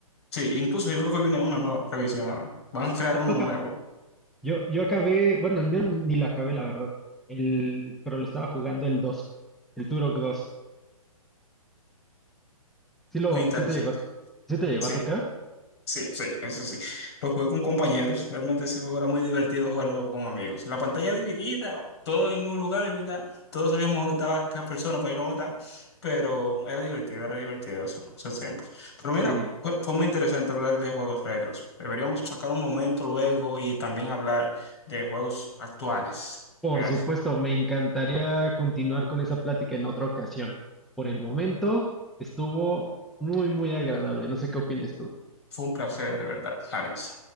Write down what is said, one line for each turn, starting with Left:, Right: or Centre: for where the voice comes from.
Left: Sí, incluso yo creo que viene una nueva revisión ahora. Van a crear
Centre: Ah,
Left: uno
Centre: fue
Left: nuevo.
Centre: acá. Yo, yo acabé, bueno, no, ni ni lo acabé, la verdad. El, pero lo estaba jugando el dos el Turok dos Sí lo,
Left: Muy interesante.
Centre: sí te llegó, a- sí te llegó
Left: Sí,
Centre: a tocar.
Left: Sí, sí, eso sí. Lo jugué con compañeros. Realmente ese juego era muy divertido jugarlo con amigos. La pantalla dividida, todo en el mismo lugar, es verdad. Todos sabíamos dónde estaba cada persona para irlo a matar. Pero era divertido, era divertido eso, esos tiempos. Pero
Centre: Sí,
Left: mira, fue, fue muy interesante hablar de juegos retros. Deberíamos sacar un momento luego y también hablar de juegos actuales.
Centre: por
Left: Verás,
Centre: supuesto, me encantaría continuar con esa plática en otra ocasión. Por el momento, estuvo muy, muy agradable. No sé qué opines tú.
Left: Fue un placer, de verdad, Alex.